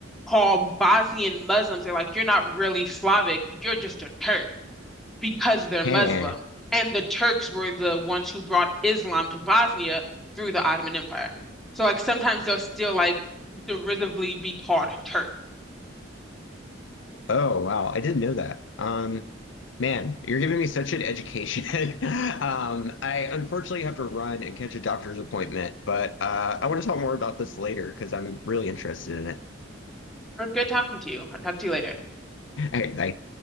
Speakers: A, in the centre; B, on the left.
A: call Bosnian Muslims, they're like, you're not really Slavic, you're just a Turk. because they're
B: Huh.
A: Muslim. And the Turks were the ones who brought Islam to Bosnia through the Ottoman Empire. So like sometimes they'll still like derisively be called Turk.
B: Oh wow, I didn't know that. Um, man, you're giving me such an education. <laughs> Um, I unfortunately have to run and catch a doctor's appointment, but uh, I want to talk more about this later because I'm really interested in it.
A: It was good talking to you. I'll talk to you later.
B: <laughs> All right, bye.